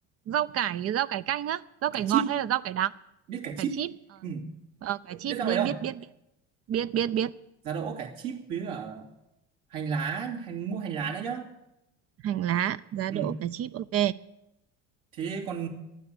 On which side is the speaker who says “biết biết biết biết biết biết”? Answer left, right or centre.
Right